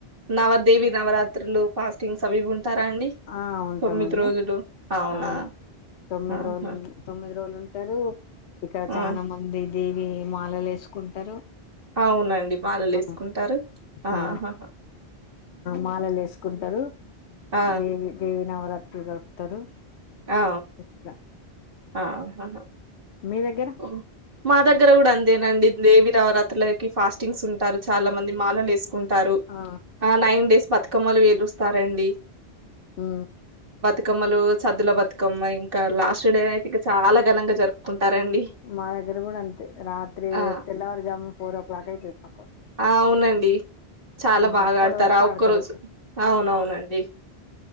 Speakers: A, on the right (about 55°); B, on the left (about 80°).
A: నవదేవి నవరాత్రులు ఫాస్టింగ్స్వి అవి ఇవి ఉం స్తారా అండి
B: ఆ ఉంటామండి
A: తొమ్మిది రోజులు అవునా
B: అవును తొమ్మిది
A: ఆహా
B: రోజులు ఉం తొమ్మిది రోజులు ఉంటారు ఇక్కడ చాలా
A: ఆ!
B: మంది దేవి మాలలేసుకుంటారు
A: అవునండి మాలలేసుకుంటారు.
B: అ
A: ఆహాహా!
B: అ మాలలేస్ కుంటారు
A: ఆ!
B: దేవి దేవి నవరాత్రి గడుపుతారు
A: ఆ
B: ఇట్లా
A: అ అహ
B: మీ దగ్గర
A: మ్ మా దగ్గర కూడా అంతేనండి దేవి నవరాత్రులకి ఫాస్టింగ్స్ ఉంటారు చాలా మంది మాలలేస్ కుంటారు
B: ఆ
A: ఆ నైన్ డేస్ బతుకమ్మలు పెరుస్తారండి
B: మ్
A: బతుకమ్మలు సద్దుల బతుకమ్మ ఇంకా లాస్ట్ డే అయితే ఇగ చాలా ఘనంగా జరుపుకుంటారండి
B: మా దగ్గర కూడా అంతే రాత్రి
A: ఆ!
B: తెల్లవారుజాము ఫోర్ ఓ క్లాక్ అయితది మాకు
A: ఆ అవునండి చాలా బాగా
B: అప్పటి
A: ఆడతారుా
B: వరకు
A: ఆ
B: ఆడతారు
A: ఒక్క రోజు అవునవునండి